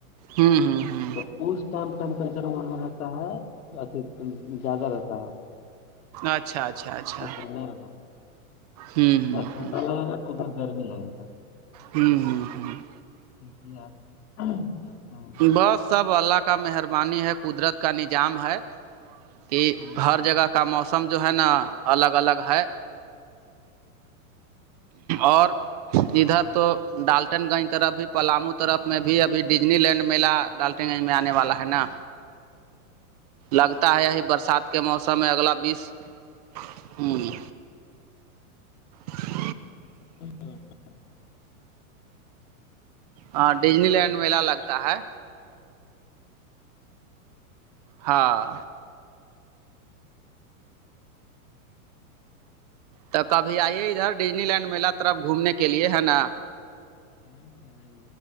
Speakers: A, on the right; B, on the left.
A: ہوں ہوں ہوں
B: تو اس ٹائم ٹیمپریچر وہاں رہتا ہے زیادہ رہتا ہے
A: اچھا اچھا اچھا
B: جیسلمیر ادھر
A: ہوں ہوں
B: ٹھنڈا لگے گا تو ادھر گرمی لگے گا
A: ہ ہ ہ
B: اس لیے آدمی جاتا ہے
A: بس سب اللہ کا کا مہربانی ہے قدرت کا نظام ہے کہ
B: ہ ہ
A: ہر جگہ کا موسم سمجھو ہے نا الگ الگ ہے اور ادھر تو ڈالٹن گنج طرف بھی پلامو طرف میں بھی ابھی ڈزنی لینڈ میلہ ڈالٹن گنج میں آنے والا ہے نا لگتا ہے یہی برسات کے موسم میں اگلا بیس ہوں ج <inaudible>
B: س <inaudible>
A: ہاں ڈزنی لینڈ میلالہ لگتا ہے ہاں تو کبھی آئیے ادھر ڈزنی لینڈ میلہ طرف گھومنے کے لیے ہے نا
B: ہاں آجا ئے